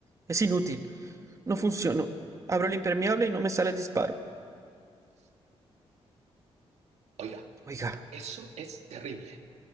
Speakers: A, on the right; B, on the right.
A: Es inútil. No funcionó. Abro el impermeable y no me sale el disparo.
B: Oiga,
A: Oiga,
B: eso es terrible.